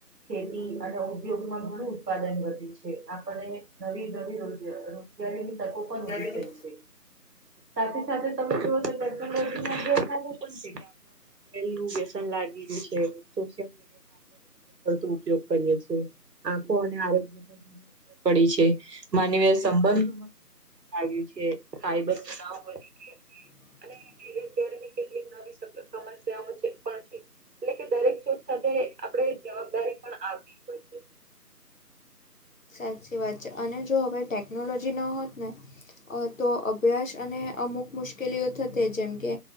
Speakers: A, on the right; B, on the left.
A: ખેતી અને ઉદ્યોગ માં ઘણું ઉત્પાદન વધ્યું છે. આપને નવી નવી રોજ રોજગારીની તકો
B: અને
A: પણ ઉભી થઈ છે. સાથે સાથે તમે જુઓ તો ટેકનોલોજી ના ગેરફાયદા પણ <unintelligible> પેલુ વ્યસન લાગી ગ્યું છે. <unintelligible> <unintelligible> વધુ ઉપયોગ કરીએ છીએ, આંખો અને આરોગ્ય પડી છે માનવી સંબંધો <unintelligible> આવ્યું છે. <unintelligible>
B: <inaudible>
A: <unintelligible> કેટલીક નવી સમસ્યાઓ છે પણ છે. ને એ દરેક શોક સાથે આપડે જવાબદારી પણ આવતી જ હોય છે.
B: સાચી વાત છે, અને જો હવે ટેકનોલોજી ન હોત ને! અ તો અભ્યાસ અને અમુક મુશ્કેલીઓ થતે જેમ કે